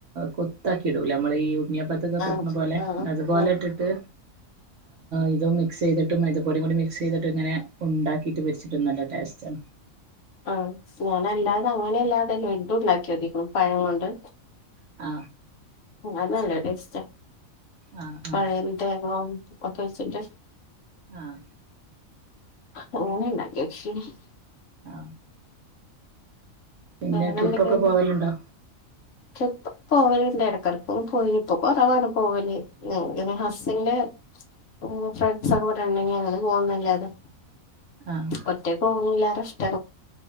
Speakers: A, on the right (about 65°); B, on the left (about 65°).
A: കൊത്താക്കി ഇടൂല നമ്മള ഈ ഉണ്ണി പ്പതിന് ക്കെ
B: ആഹ്
A: ഇടുന്ന പോലെ
B: ആഹ്
A: അതുപോലെ
B: ആഹ്
A: ഇട്ടിട്ട് ഇത് മിക്സ് ചെയ്തിട്ടും മൈദപ്പൊടി കൂടി മിക്സ് ചെയ്തിട്ട് ഇങ്ങനെ ഉണ്ടാക്കിട്ട് പൊരിച്ചിട്ട് നല്ല ടേസ്റ്റ് ആണ്.
B: ആ ഞാനല്ലാതെ അങ്ങനെയല്ലാതെ ലഡ്ഡു ണ്ടാക്കി നോക്കിക്ക്ണ് പഴം കൊണ്ട്.
A: ആ.
B: അത് നല്ല ടേസ്റ്റിയ
A: ആഹ് ആഹ്
B: പഴ <unintelligible>
A: ആ.
B: <unintelligible>
A: ആ. പിന്നെ
B: വേറെന്തൊക്കെണ്ട്
A: ട്രിപ്പ് ഒക്കെ പോവലുണ്ടോ?
B: ട്രിപ്പ് പോവലിണ്ട് ഇടക്കിടക്കും പോയി ഇപ്പൊ കുറവാണ് പോവല് ഞെ ഹസ്സന്റെ ഉം ഫ്രെണ്ട്സ് ഒക്കെ ഇവിടുണ്ടെങ്കി അങ്ങനെ പോവും എന്നല്ലാതെ
A: ആഹ്
B: ഒറ്റക്ക് പോന്നില്ലാര ഇഷ്ട